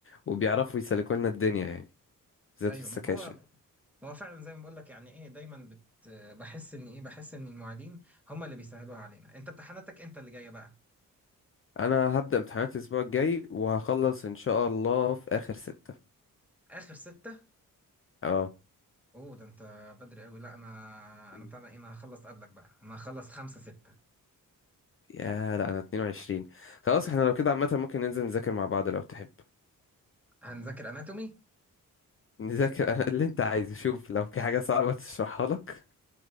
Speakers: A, on the left; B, in the centre.
A: وبيعرفوا يسلكوا لنا الدنيا يعني بالذات
B: ايوه
A: في السكاشن
B: ما هو هو فعلا زي ما بقول لك يعني ايه دايما بت بحس ان ايه بحس ان المعيدين هم اللي بيسهلوها علينا انت امتحاناتك امتى اللي جايه بقى
A: انا هبدأ امتحانات الاسبوع الجاي وهخلص ان شاء الله في اخر ستة
B: اخر ستة
A: اه
B: اوه ده انت بدري قوي لا انا
A: مم.
B: انا بتاع ده ايه انا هخلص قبلك بقى انا هخلص خمسة ستة
A: يا لا انا 22 خلاص احنا لو كده عامة ممكن ننزل نذاكر مع بعض لو تحب <laughs>
B: هنذاكر اناتومي
A: نذاكر أنا اللي انت عايزه شوف لو في حاجة صعبة تشرحها لك